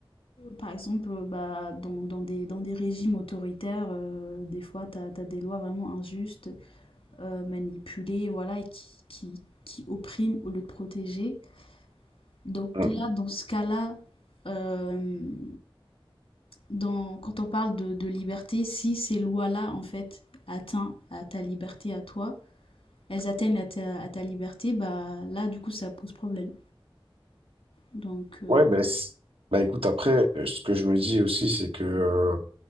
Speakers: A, on the left; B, on the right.
A: par exemple, bah, dans dans des dans des régimes autoritaires, heu, des fois tu as des lois vraiment injustes, heu, manipulées, voilà, et qui qui qui oppriment au lieu de protéger. Donc
B: Mm.
A: là, dans ce cas-là, hem, dans quand on parle de de liberté, si ces lois-là, en fait, atteint à ta liberté à toi, elles atteignent à ta à ta liberté, bah, là, du coup, ça pose problème. Donc heu,
B: Ouais, ben, c'est- bah, écoute, après, euh, ce que je me dis aussi, c'est que, euh,